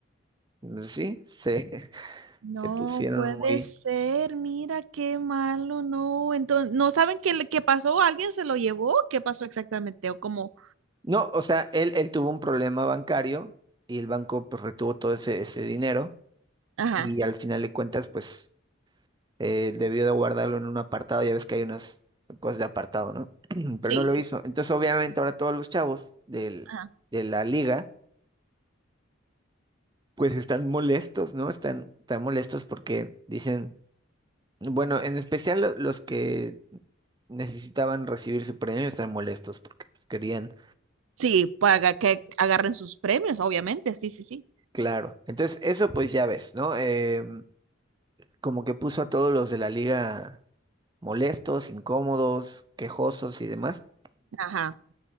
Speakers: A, on the right; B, on the right.
A: pues sí, se, <laughs>
B: No
A: se pusieron
B: puede
A: muy...
B: ser, mira qué malo, no. Entonces, ¿no saben qué, le- qué pasó? ¿Alguien se lo llevó? ¿Qué pasó exactamente? O cómo,
A: No, o sea, él, él tuvo un problema bancario y el banco pues retuvo todo ese, ese dinero
B: ajá,
A: y al final de cuentas pues eh, debió de guardarlo en un apartado, ya ves que hay unas cosas de apartado, ¿no? <clears throat>
B: sí,
A: Pero no lo
B: sí,
A: hizo. Entonces obviamente ahora todos los chavos del,
B: ajá.
A: de la liga pues están molestos, ¿no? Están, están molestos porque dicen... Bueno, en especial lo- los que necesitaban recibir su premio están molestos porque pues, querían,
B: Sí, para que agarren sus premios, obviamente, sí, sí, sí.
A: claro. Entonces, eso pues ya ves, ¿no? Eh, como que puso a todos los de la liga molestos, incómodos, quejosos y demás,
B: Ajá.